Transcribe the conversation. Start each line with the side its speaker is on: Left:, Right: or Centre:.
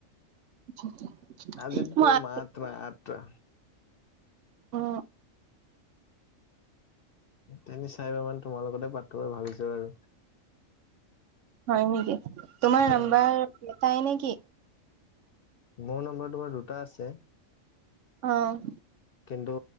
Right: <inaudible>
Left: আজি
Right: মই
Left: তোমাৰ মাত্ৰ আঠটা।
Right: অ
Left: তিনি চাইবা মান তোমাৰ লগতে পাতো আৰু ভাবিছোঁ আৰু।
Right: হয় নেকি, তোমাৰ নাম্বাৰ
Left: অ
Right: এটাই নেকি?
Left: মোৰ নম্বৰ তোমাৰ দুটা আছে।
Right: অ
Left: কিন্তু